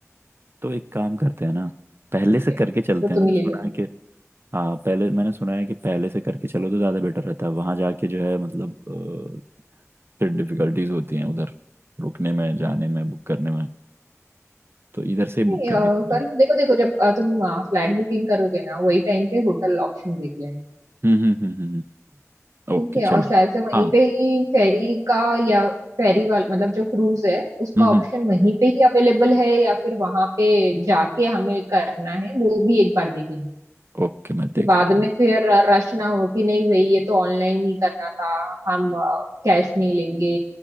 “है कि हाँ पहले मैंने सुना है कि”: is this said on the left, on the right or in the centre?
Right